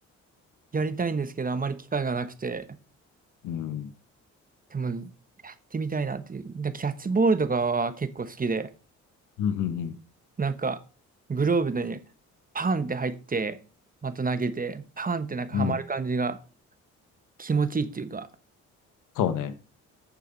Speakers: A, on the right; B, on the left.
A: やりたいんですけど、あまり機会がなくて、
B: うん。
A: でもやってみたいなっていう。だキャッチボールとかは結構好きで、
B: うん。うん。うん
A: なんかグローブにパンって入って、また投げて、パンってなんかハマる感じが
B: うん
A: 気持ちいいっていうか。
B: そうね。